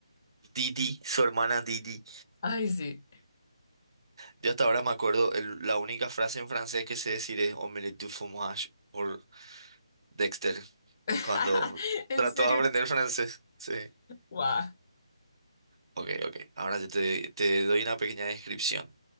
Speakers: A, on the right; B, on the left.
A: Didi, su hermana Didi.
B: Ay, sí.
A: Yo hasta ahora me acuerdo, el- la única frase en francés que sé decir es omelette du fromage por Dexter,
B: <laughs>
A: cuando
B: ¿En
A: trató
B: serio?
A: de aprender francés. Sí.
B: Guau.
A: Ok, ok. Ahora yo te, te doy una pequeña descripción.